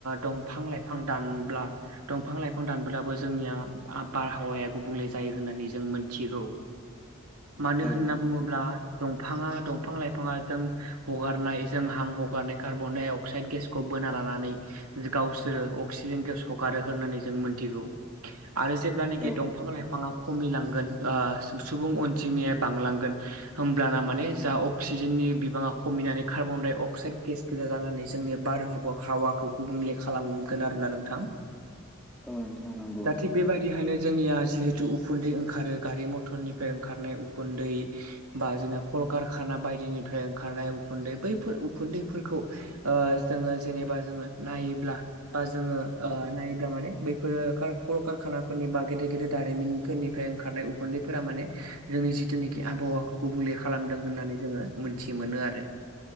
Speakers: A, on the right; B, in the centre.
A: दंफां लाइफां दानब्ला दंफां लाइफां दानब्लाबो जोंनिया आब बारहावाया गुबुंले जायो होननानै जों मोनथिगौ।
B: <inaudible>
A: मानो
B: औ
A: होनना बुङोब्ला दंफाङा दंफां लाइफाङा जों हगारनाय जों हां हगारनाय कार्बन-डाइ-अक्साइद गेसखौ बोना लानानै गावसोरो अक्सिजेन-गेस हगारो होननानै जों मोनथिगौ। आरो जेब्लानोखि
B: औ
A: दंफां लाइफाङा खमिलांगोन ओ सुबुं अनजिमाया बांलांगोन होमब्लाना माने जा अक्सिजेननि बिबाङा खमिनानै कार्बन-डाइ-अक्साइद गेस रोजा जानानै जोंनि बारहावाखौ गुबुंले खालामगोन आरोना नोंथां।
B: औ नोंथां नंगौ
A: दा थिग बेबायदिहायनो जोंनिया जिहेतु उखुन्दै ओंखारो गारि मथरनिफ्राय ओंखारनाय उखुन्दै बा जोंना कलकारखाना बायदिनिफ्राय ओंखारनाय उखुन्दै बैफोर उखुन्दैफोरखौ ओ जोङो जेनेबा जोङो नायोब्ला बा जोङो ओ नायोब्ला माने बैफोरो कल-कारखानाफोरनि बा गेदेर गेदेर दारिमिनफोरनिफ्राय ओंखारनाय उखुन्दैफोरा माने जोंनि जिथुनिखि आबहावाखौ गुबुंले खालामदों होननानै जोङो मोन्थि मोनो आरो।